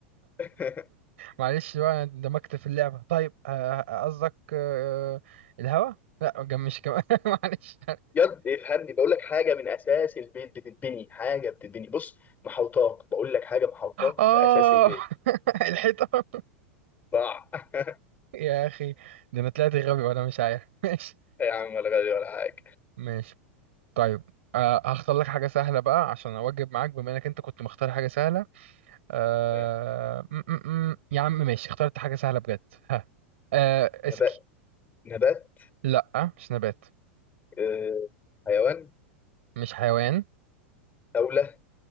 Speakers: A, on the left (about 25°); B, on the right (about 70°).
A: <laughs>
B: معلش بقى أنا اندمجت في اللعبه طيب آه، قصدك آه، الهوا لا جم مش كمان <laughs> معلش
A: يد افهمني بقول لك حاجة من أساس البيت بتتبني حاجة بتتبني بص محوطاك بقول لك حاجة محوطاك
B: اه
A: في أساس البيت
B: <laughs> الحيطه
A: صح <laughs>
B: يا اخي ده انا طلعت غبي وانا مش عارف <laughs> ماشي
A: يا عم ولا غالي ولا حاجة
B: ماشي طيب آه، هختار لك حاجه سهله بقى عشان اواجب معاك بما انك انت كنت مختار حاجه سهله آه...
A: ما-
B: م -م -م. يا عم ماشي اخترت حاجة سهلة بجد ها آه...
A: نبات
B: اسأل
A: نبات
B: لا مش نبات
A: آه، حيوان
B: مش حيوان
A: دولة